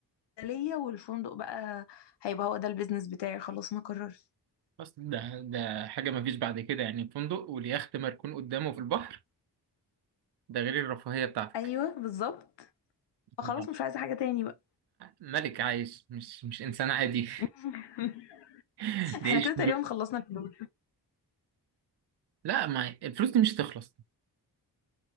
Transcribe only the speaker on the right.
بس ده ده حاجة مفيش بعد كده يعني فندق واليخت مركون قدامه في البحر ده غير الرفاهية بتاعتك
ده
ملك عايش مش مش إنسان عادي
<laughs> ده
عيش
لا ما الفلوس دي مش هتخلص